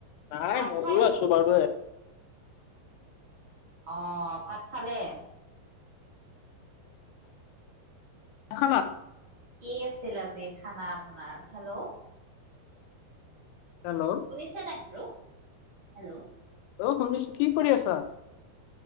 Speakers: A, on the left; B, on the right.
A: নাই
B: ভাত
A: ময়ো
B: খাই উঠিলো
A: আছো বাৰু
B: অ ভাত খালে?
A: খামা <unintelligible>
B: কি আছিল আজি খানা আপোনাৰ হেল্ল'
A: হেল্ল',
B: শুনিছনে বাৰু হেল্ল',
A: অ শুনিছো কি কৰি আছা?